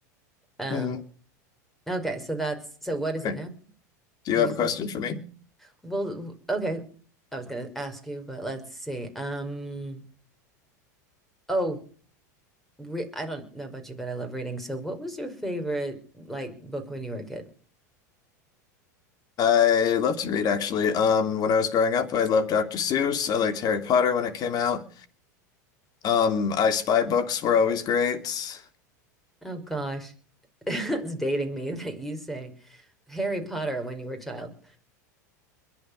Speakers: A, in the centre; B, on the left (about 45°).
A: Um,
B: Mhm.
A: okay, so that's so what is
B: Great.
A: it now?
B: Do you
A: Did
B: have
A: you say?
B: a question for me?
A: Well, w- okay. I was gonna ask you, but let's see. Um, oh. re I don't know about you, but I love reading. So what was your favorite like book when you were a kid?
B: I love to read actually. Um, when I was growing up, I loved Dr. Seuss. I liked Harry Potter when it came out. Um, I Spy books were always great.
A: Oh gosh. <laughs> It's dating me <laughs> that you say Harry Potter when you were a child.